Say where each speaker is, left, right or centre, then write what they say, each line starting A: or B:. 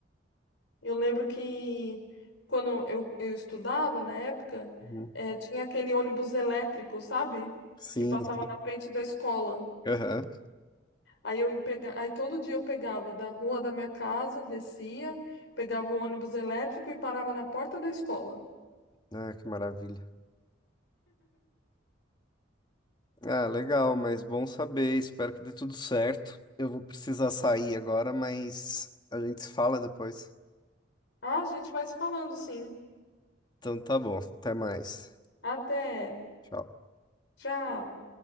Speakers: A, on the left; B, on the left.
A: Eu lembro que quando eu, eu estudava, na época,
B: Uhum.
A: eh, tinha aquele ônibus elétrico, sabe?
B: Sim,
A: Que passava
B: sim.
A: na frente da escola.
B: Aham.
A: Aí eu pega... aí todo dia eu pegava da rua da minha casa, descia, pegava o ônibus elétrico e parava na porta da escola.
B: Ah, que maravilha. Ah, legal, mas bom saber. Espero que dê tudo certo. Eu vou precisar sair agora, mas a gente se fala depois.
A: Ah, a gente vai se falando, sim.
B: Então tá bom. Até mais.
A: Até.
B: Tchau.
A: Tchau.